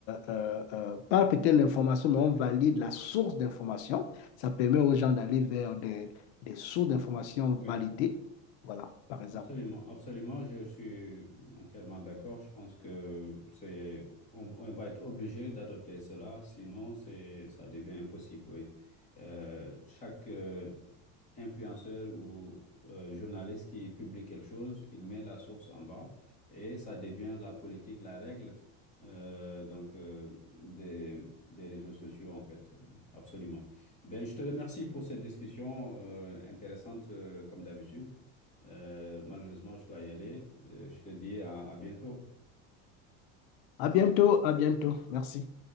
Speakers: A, on the left (about 80°); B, on the left (about 20°).
A: euh, euh, pas peut-être l'information, mais on valide la source d'information. Ça permet aux gens d'aller vers des, des sources d'information validées.
B: Oui.
A: Voilà, par exemple.
B: Absolument, absolument, je suis entièrement d'accord. Je pense que c'est, on, on va être obligé d'adopter cela, sinon c'est, ça devient impossible. oui. Euh, chaque, euh, influenceur ou euh, journaliste qui publie quelque chose, il met la source en bas et ça devient la politique, la règle euh, donc euh, des, des réseaux sociaux en fait, euh, absolument. Ben, je te remercie pour cette discussion euh, intéressante euh, comme d'habitude. Euh, malheureusement, je dois y aller. Euh, je te dis à à bientôt.
A: À bientôt, à bientôt. Merci.